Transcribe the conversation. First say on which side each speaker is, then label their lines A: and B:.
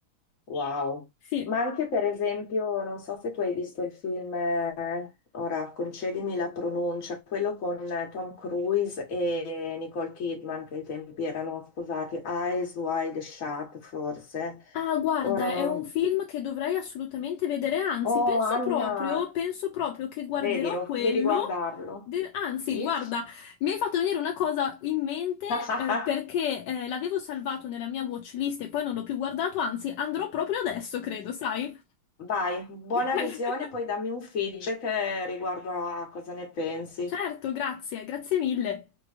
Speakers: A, on the left; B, on the left.
A: Wow.
B: Sì.
A: Ma anche per esempio, non so se tu hai visto il film, eh, ora concedimi la pronuncia, quello con eh, Tom Cruise e Nicole Kidman, che ai tempi erano sposati, Eyes Wide Shut forse.
B: Ah, guarda,
A: Ora non...
B: è un film che dovrei assolutamente vedere, anzi,
A: Oh,
B: penso
A: Anna,
B: proprio, penso proprio che guarderò
A: vedilo,
B: quello.
A: devi guardarlo.
B: de- Anzi,
A: Sì?
B: guarda, mi hai fatto venire una cosa in mente,
A: <laughs>
B: eh, perché eh, l'avevo salvato nella mia watchlist e poi non l'ho più guardato, anzi, andrò proprio adesso, credo, sai?
A: Vai, buona
B: <laughs>
A: visione, poi dammi un feedback eh, riguardo a cosa ne pensi.
B: Certo, grazie, grazie mille.